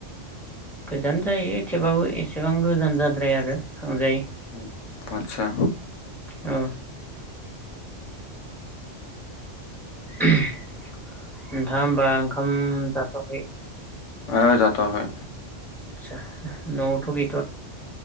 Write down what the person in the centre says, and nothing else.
गोजान जायो थेवबाबो एसेबां गोजान जाद्राया आरो। थांजायो
अ। <unintelligible> नोंथाङा होमबा ओंखाम जाथ'वाखै
आदसा न'आवथ' गै